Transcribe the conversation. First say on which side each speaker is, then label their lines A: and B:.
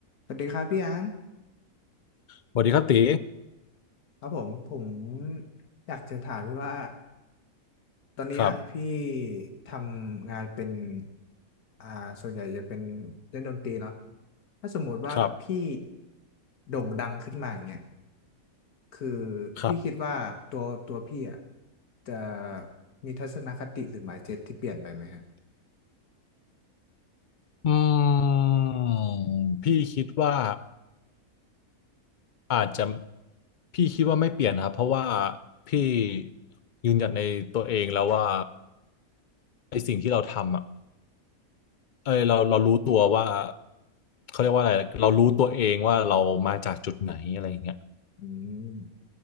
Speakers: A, on the left (about 85°); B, on the left (about 65°).
A: สวัสดีครับพี่ยัง
B: สวัสดีครับตี
A: ครับผมผมอยากจะถามพี่ว่าตอนเนี้ยพี่
B: ครับ
A: ทำงานเป็นอ่าส่วนใหญ่จะเป็นเล่นดนตรีเนาะถ้าสมมติว่าพี่
B: ครับ
A: โด่งดังขึ้นมาอย่างเงี้ยคือ
B: ครับ
A: พี่คิดว่าตัวตัวพี่อ่ะจะมีทัศนคติหรือ mindset ที่เปลี่ยนไปไหมฮะ
B: อืมพี่คิดว่าอาจจะพี่คิดว่าไม่เปลี่ยนครับเพราะว่าพี่ยืนหยัดในตัวเองแล้วว่าไอ้สิ่งที่เราทำอ่ะเอ้ยเราเรารู้ตัวว่าเขาเรียกว่าอะไรเรารู้ตัวเองว่าเรามาจากจุดไหนอะไรอย่างเงี้ย
A: อืม